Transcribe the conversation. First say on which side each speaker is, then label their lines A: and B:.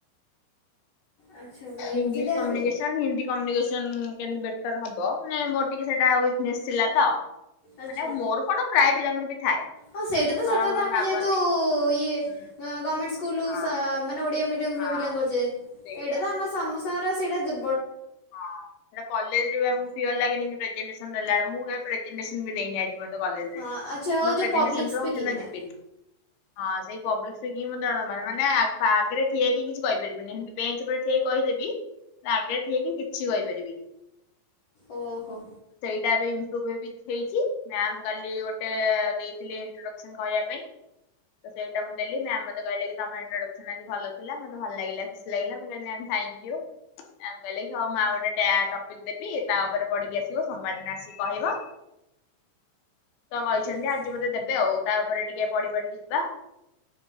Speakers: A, on the left (about 55°); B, on the left (about 80°).
A: ଆଚ୍ଛା ଭାଇ ଏମିତି
B: ଇଂଲିଶ
A: ତାହେଲେ
B: କମ୍ୟୁନିକେସନ, ହିନ୍ଦୀ କମ୍ୟୁନିକେସନ କେମିତି ବେଟର ହବ, ମାନେ ମୋର ଟିକେ ସେଇଟା ୱିକନେସ ଥିଲା ତ।
A: ଆଚ୍ଛା।
B: ମାନେ ମୋର କଣ ପ୍ରାୟ ପିଲାଙ୍କର ବି ଥାଏ।
A: ହଁ ସେଇଟା ତ ସତ କଥା
B: ସେମାନେ
A: ଆମେ
B: ଭାବନ୍ତି
A: ଯେହେତୁ ଇଏ
B: ହୁଁ
A: ଗମେଣ୍ଟ ସ୍କୁଲ-
B: ହଁ
A: ମାନେ ଓଡିଆ ମିଡି ୟମ
B: ହଁ
A: ରୁ ବିଲୋଙ୍ଗ କରୁଛେ
B: ସେଇଆ।
A: ଏଇଟା ତ ଆମ ସମସ୍ତଙ୍କର ସେଇଟା ଦୂ
B: ହଁ ସେଟା କଲେଜ ରୁ ଆମକୁ ପିଅର ଲାଗେନିକି ପ୍ରେଜେଟେନ୍ସନ୍ ଦେଲାବେଳେ ମୁଁ କେବେ ପ୍ରେଜେଟେନ୍ସନ୍ ବି ଦେଇନି ଆ ହୁଅନ୍ତା କଲେଜରେ
A: ହଁ
B: ଯୋଉଦିନ
A: ଆଚ୍ଛା ହଉ ଯୋଉ
B: ପ୍ରେଜେଟେନ୍ସନ୍
A: ପବ୍ଲିକ୍
B: ଥିବ
A: ସ୍ପିକିଂଟା
B: ମୁଁ ସେଦିନ ଯିବିନି ହଁ ସେଇ ପବ୍ଲିକ୍ସ ଦେଖିକି ମତେ ଡର ମାଡ଼େ ମାନେ ଆ ଆଗରେ ଠିଆ ହେଇ କିଛି କହିପାରିବିନି ବେଞ୍ଚ୍ ଉପରେ ଠିଆ ହେଇ କହି କହିଦେବି କା ଆଗରେ ଠିଆ ହେଇକି କିଛି କହିପାରିବେନି।
A: ଓହୋ।
B: ଏଟା ବି ଇମ୍ପ୍ରୋଭ୍ ଇ ହେଇଛି ମ୍ୟାମ୍ କାଲି ଗୋଟେ ଦେଇଥିଲେ ଇଣ୍ଟ୍ରଡକସନ କହିବା ପାଇଁ। ତ ସେଇଟା ମୁଁ ଦେଲି ମ୍ୟାମ୍ ମତେ କହିଲେ କି ତମ ଇଣ୍ଟ୍ରୋଡକ୍ସନ ଆଜି ଭଲ ଥିଲା ମତେ ଭଲ ଲାଗିଲା ଖୁସି ଲାଗିଲା ମୁଁ କହିଲି ମ୍ୟାମ୍ ଥାଙ୍କ୍ୟୋଉ ମ୍ୟାମ୍ କହିଲେ କି ହଉ ମୁଁ ଆଉ ଗୋଟେ ଟ୍ୟା ଟପିକ ଦେବି ତା ଉପରେ ପଢିକି ଆସିବ ସୋମବାର ଦିନ ଆସିକି କହିବ। ତ କହିଛନ୍ତି
A: ଆଚ୍ଛା।
B: ଆଜି ମୋତେ ଦେବେ ଆଉ ତା ଉପରେ ଟିକେ ପଢି ପାଢ଼ିକି ଯିବା।